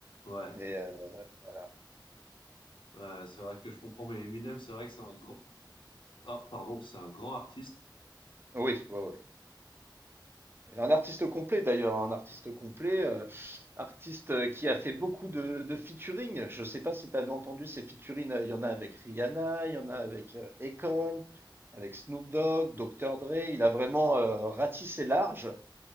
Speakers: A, on the left; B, on the right.
A: euh, ouais,
B: Mais euh, voilà.
A: ouais, c'est vrai que je comprends, mais Eminem, c'est vrai que c'est un grand, ah, pardon, c'est un grand artiste.
B: Oui, ouais, ouais. Et Un artiste complet d'ailleurs, un artiste complet, euh, artiste euh, qui a fait beaucoup de, de featuring. Je sais pas si tu avais entendu ces featuring. euh, Il y en a avec Rihanna, il y en a avec euh, Akon, avec Snoop Dogg, Dr. Dre. Il a vraiment euh, ratissé large.